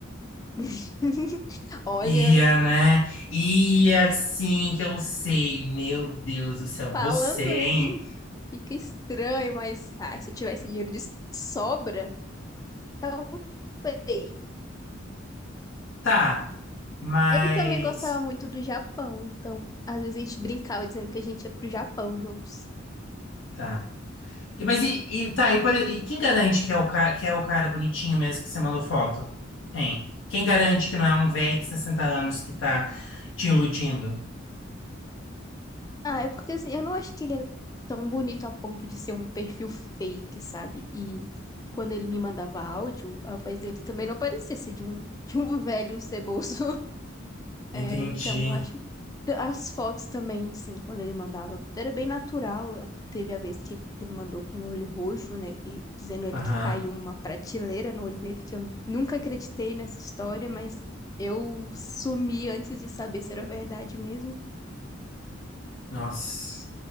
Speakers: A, on the left; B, on the left.
A: <laughs> Olha,
B: Ia, né? Ia, sim, que eu sei. Meu Deus do céu,
A: Falando
B: você,
A: assim,
B: hein?
A: fica estranho, mas ai, se eu tivesse dinheiro de sobra, talvez.
B: Tá, mas...
A: Ele também gostava muito do Japão, então às vezes a gente brincava dizendo que a gente ia pro Japão juntos.
B: Tá. E- Mas e, e- tá, e, por- e quem garante que é o cara, que é o cara bonitinho mesmo que você mandou foto? Hein? Quem garante que não é um velho de 60 anos que tá te iludindo?
A: Ah, é porque assim, eu não acho que ele era tão bonito a ponto de ser um perfil fake, sabe? E quando ele me mandava áudio, a voz dele também não parecia ser de um, <laughs> de um velho ceboso.
B: Entendi.
A: É, então, eu acho que t- as fotos também, sim, quando ele mandava, era bem natural. Teve a vez que ele mandou com o olho roxo, né? Que, dizendo ele
B: Aham.
A: que caiu uma prateleira no olho dele, que eu nunca acreditei nessa história, mas eu sumi antes de saber se era verdade mesmo.
B: Nossa.